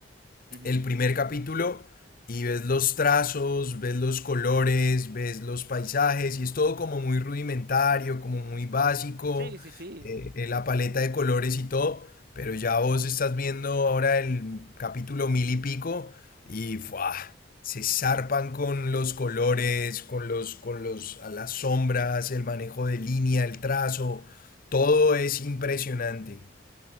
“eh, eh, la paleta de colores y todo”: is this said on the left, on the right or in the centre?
Left